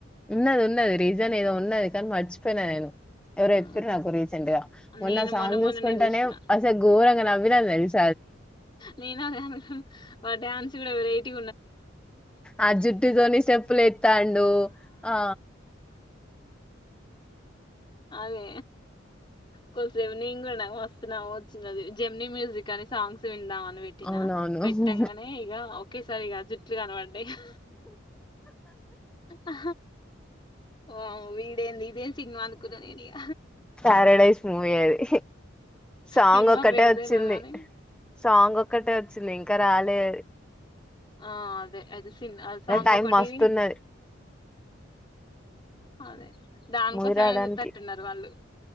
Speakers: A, in the centre; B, on the left.
A: ఉన్నది ఉన్నది రీజన్ ఏదో ఉన్నది కాని మర్చు పోయిన నేను ఎవరో
B: ఆ,
A: చెప్పారు నాకు రీసెంట్ గా మొన్న
B: నేను
A: సాంగ్
B: మొన్ననే
A: చూసుకుంటేనే
B: చూసిన
A: అసలు ఘోరంగా నవ్విని తెలిసి
B: నేను అదే అనుకున్న వాడి డాన్స్ కూడా వెరైటీ
A: ఆ జుట్టు తోని స్టెప్పులు ఎత్తండు లో ఆ
B: అదే కొద్దిసేపు నేను కూడా నాకు మస్త్ నవ్వొచ్చింది జెమిని మ్యూజిక్ అని సాంగ్స్ విందామ పెట్టినా
A: అవునవును
B: పెట్టంగానే ఇగ ఒకేసారి ఇక జుట్లు కనబడ్డాయి ఇక ఆ వామ్మో ఇదంది ఇదేం సినిమా అనుకున్న నేను ఇగ
A: ప్యారడైస్ మూవీ అది సాంగ్
B: సినిమా
A: ఒక్కటే
B: పేరు
A: వచ్చింది
B: తెల్వదు గాని
A: సాంగ్ ఒక్కటే వచ్చింది ఇం ఇంకా రాలే అది
B: ఆ అదే అదే సిన్ అ సాంగ్
A: టైం
B: ఒకటి
A: మస్తున్నది
B: అదే దానికోసమైనా
A: మూవీ రాడానికి
B: చూత్తట్టున్నారు వాళ్ళు